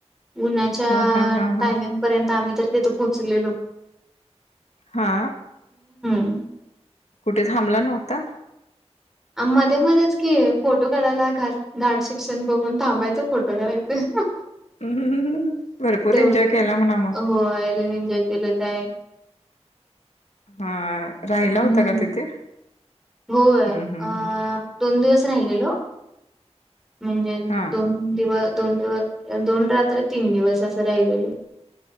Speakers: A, in the centre; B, on the left.
A: उन्ह्हाच्या
B: हा हा हा
A: टायमिंग
B: हा
A: पर्यंत आम्ही तर तिथे पोचलेलो.
B: हा.
A: <unintelligible>
B: कुठे थांबला नव्हता?
A: मध्ये मध्येच कि फोटो काढायला घ धाट शिक्षण बघून थांबायच फोटो काढयचो.
B: हम्म. भरपूर
A: तेवढं
B: एन्जॉय केला म्हणा मग
A: हो लई एन्जॉय केलं तर आहे.
B: हा राहिला
A: हम्म
B: होता का तिथे?
A: होय
B: हम्म हम्म
A: अ
B: हम्म
A: दोन दिवस राहिलेलो. म्हणजे
B: हा
A: दोन दिवस दोन दिव दोन रात्र तीन दिवस असं राहिलेलं.